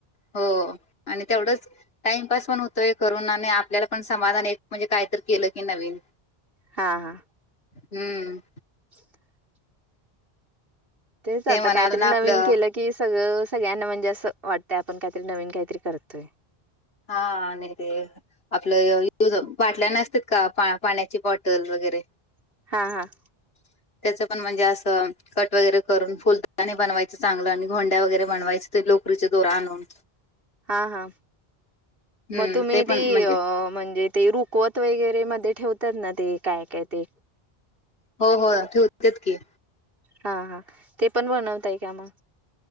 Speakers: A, on the left (about 70°); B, on the right (about 60°).
A: हो, आणि तेवढंच टाइमपास पण होतोय करून आणि आपल्याला पण समाधान एक म्हणजे काय तरी केल की नवीन
B: हा हा,,
A: हम्म.
B: <inaudible> तेच
A: ते
B: आता
A: म्हणा
B: काहीतरी
A: अजून आपलं
B: नवीन केलं की सगळं सगळ्यांना म्हणजे असं वाटतंय आपण काहीतरी नवीन काहीतरी करतोय‌.
A: हा आणि ते. आपलं इथ ज बाटल्या नसत्यात का पा पाण्याची बॉटल वगैरे.
B: हां हां.
A: <inaudible> त्याचं पण म्हणजे असं कट वगैरे करून फुलदाणी बनवायचं चांगलं आणि घोंड्या वगैरे बनवायचं. ते लोकरीचे दोर आणून
B: हा हा.
A: हम्म
B: मग तुम्ही
A: ते पण
B: ती
A: म्हणजे
B: अ म्हणजे ते रुकवत वगैरे मध्ये ठेवतात ना ते काय काय ते.
A: हो होय ठेवत्यात की.
B: हा हा‌. ते पण बनवताय काय मग?